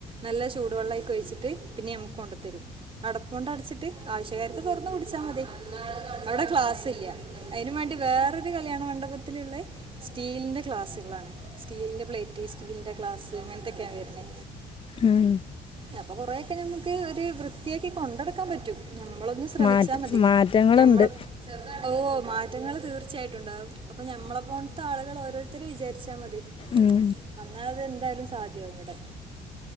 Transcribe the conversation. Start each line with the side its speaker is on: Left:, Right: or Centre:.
Right: നല്ല ചൂടുവെള്ളം അയി ച്ചിട്ട് പിന്നെ ഞമ്മക്ക്‌ കൊണ്ടന്നു തരും അടപ്പോണ്ടടച്ചിട്ട് ആവശ്യകാർക് തോറന്ന് കുടിച്ചാ മതി അവിടെ ക്ലാസ്സില്ല അയ്നും വേണ്ടി വേറൊരു കല്യാണ മണ്ഡപത്തിലുള്ളെ സ്റ്റീലിന്റെ ക്ലാസ്സുകളാണ് സ്റ്റീലിന്റെ പ്ലേ സ്റ്റീലിന്റെ ക്ലാസ് ഇങ്ങൻത്തൊക്കെ വര്ണെ
Left: ഉം
Right: അപ്പോ കൊറെയൊക്കെ ഞമ്മക്ക് ഒരു വൃത്തിയാക്കി കൊണ്ടട്ക്കാൻ പറ്റും ഞമ്മളൊന്ന് ശ്രമിച്ചാ
Left: മാറ്റ
Right: മതി
Left: മാറ്റങ്ങളുണ്ട്
Right: ഞ ഞമ്മളും ഓ മാറ്റങ്ങൾ തീർച്ചയായിട്ടും ണ്ടാവും അപ്പൊ ഞമ്മളെ പോണ്ത്തെ ആളുകൾ ഓരോര്ത്തര് വിചാരിച്ചാ മതി
Left: ഉം
Right: അന്നാത് എന്തായാലും സാധ്യാവും ഇവെടെ